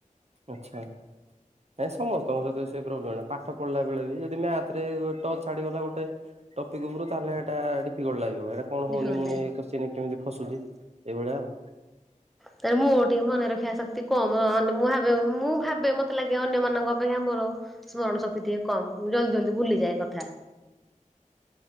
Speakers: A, on the right; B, in the centre.
A: ଆଚ୍ଛା, ନାଇ ସମସ୍ତଙ୍କ ସହିତ ସେ ପ୍ରୋବ୍ଲେମ ପାଠ ପଢିଲା ବେଳେ ବି ଯଦି ମ୍ୟାଥ ଥରେ ଟଚ୍ ଛାଡିଗଲା ଗୋଟେ ଟପିକ ଉପରୁ ତାହେଲେ ହେଟା ଡିଫିକଲ୍ଟ ଲାଗିବ। ହଉ ଏଇଟା କଣ
B: ଡିଫିକଲ୍ଟ
A: ହଉନି? ମୁଁ
B: ଲାଗେ।
A: ଏଇ କୋସ୍ଚୀନ କେମିତି ଫସୁଛି? ଏଇଭଳିଆଉ।
B: ତାର ମୋର ଟିକେ ମନେ ରଖିବା ଶକ୍ ତେ କମ ଆଁ ମୁଁ ଭବେବେ ମୁଁ ଭାବେ ମତେ ଲାଗେ ଅନ୍ୟମାନଙ୍କ ଅପେକ୍ଷା ମୋର ସ୍ମରଣ ଶକ୍ତି ଟିକେ କମ୍ ମୁଁ ଜଲଦି ଜଲଦି ଭୁଲିଯାଏ କଥା।